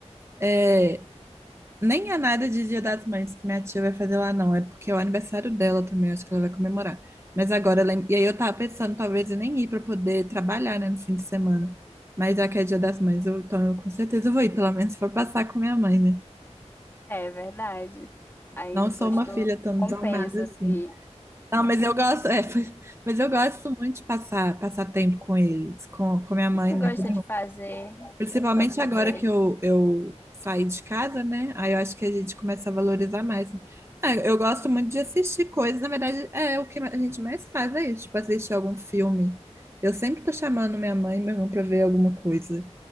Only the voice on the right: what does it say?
É, nem é nada de Dia das Mães que minha tia vai fazer lá, não. É porque é o aniversário dela também, eu acho que ela vai comemorar. Mas agora, eu lem- e aí eu tava pensando, talvez eu nem ir pra poder trabalhar, né, no fim de semana. Mas já que é Dia das Mães, eu- então eu com certeza vou ir, pelo menos se for passar com minha mãe, né?
Não
sou uma
filha tão
desalmada assim.
Não, mas eu gosto, é, <laughs> mas eu gosto muito de passar, passar tempo com eles, com, com minha mãe,
né?
que
Principalmente
agora
que eu, eu saí de casa, né? Aí eu acho que a gente começa a valorizar mais. né. Ah, eu gosto muito de assistir coisas, na verdade, é o que a gente mais faz, é isso, tipo, assistir algum filme. Eu sempre tô chamando minha mãe e meu irmão pra ver alguma coisa.